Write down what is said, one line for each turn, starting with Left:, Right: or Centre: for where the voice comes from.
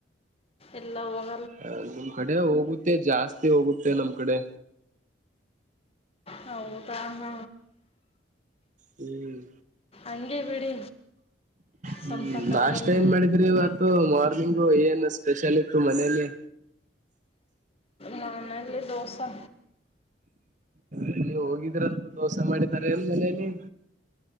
Left: ಎಲ್ಲ ಹೋಗ
Right: ಹ ನಮ್ ಕಡೆ ಹೋಗುತ್ತೆ ಜಾಸ್ತಿ ಹೋಗುತ್ತೆ ನಮ್ ಕಡೆ
Left: ಹೌದ ಹ್ಮ
Right: ಹ್ಮ್
Left: ಅಂಗೇ ಬಿಡಿ
Right: ಹ್ಮ್
Left: ಸ್ವಲ್ಪ ಕಡೆ
Right: ನಾಷ್ಟ
Left: ಎಲ್ಲ
Right: ಏನ್ ಮಾಡಿದ್ರಿ ಇವತ್ತು ಮಾರ್ನಿಂಗು ಏನ್ ಸ್ಪೆಷಲ್ ಇತ್ತು ಮನೇಲಿ
Left: ಮನಲ್ಲಿ ದೋಸಾ
Right: ಎಲ್ಲಿ ಹೋಗಿದ್ರಂತ ದೋಸೆ ಮಾಡಿದಿದ್ದಾರೆ ಎನ್ ಮನೇಲಿ